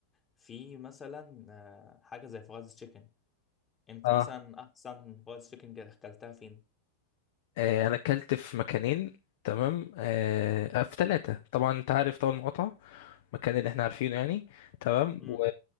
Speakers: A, on the left; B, on the left.
A: في مثلا آه حاجة زي فرايز تشيكن انت
B: اه
A: مثلا احسن فرايز تشيكن اكلتها فين؟
B: آه انا اكلت في مكانين تمام آه آه، في ثلاثة طبعا انت عارف طبعا المقاطعة المكان اللي احنا عارفينه يعني تمام
A: مم.
B: و...